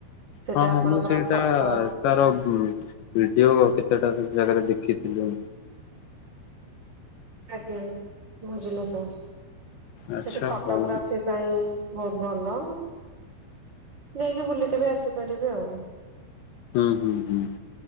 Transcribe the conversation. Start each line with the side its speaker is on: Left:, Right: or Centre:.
Right: ସେଟା
Left: ହଁ ହଁ
Right: ଆପଣଙ୍କର
Left: ମୁଁ ସେଇଟା
Right: ଫ
Left: ତାର ଉଁ ଭିଡ଼ିଓ କେତେଟା ଜାଗାରେ ଦେଖିଥିଲୁ।
Right: ଆଜ୍ଞା ବୁଝିଲେ ସାର୍
Left: ଆଚ୍ଛା
Right: ସେଠି ଫଟୋଗ୍ରାଫି
Left: ହଉ
Right: ପାଇଁ ବହୁତ୍ ଭଲ ଯାଇକି ବୁଲିକି ବି ଆସିପାରିବେ ଆଉ।
Left: ହୁଁ ହୁଁ ହୁଁ